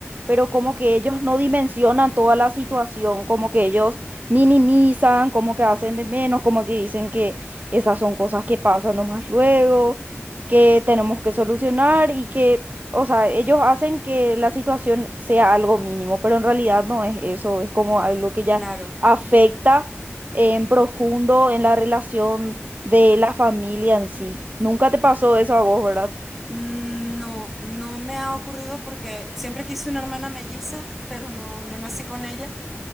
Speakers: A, on the right; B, in the centre.
A: pero como que ellos no dimensionan toda la situación, como que ellos minimizan, como que hacen de menos, como que dicen que esas son cosas que pasan nomás luego, que tenemos que solucionar y que, o sea, ellos hacen que la situación sea algo mínimo, pero en realidad no es eso, es como algo que ya
B: claro.
A: afecta en profundo en la relación de la familia en sí. Nunca te pasó eso a vos, ¿verdad?
B: Mm, No, no me ha ocurrido porque siempre quise una hermana melliza, pero no, no nací con ella.